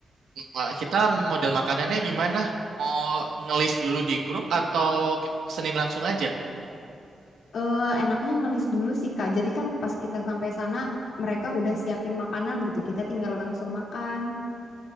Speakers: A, on the right; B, on the left.
A: Wah, kita model makanannya gimana? Mau ngelis dulu di grup atau ke- Senin langsung aja?
B: Eh, enaknya ngelis dulu sih Kak. Jadi kan pas kita sampai sana mereka udah siapin makanan gitu. Kita tinggal langsung makan.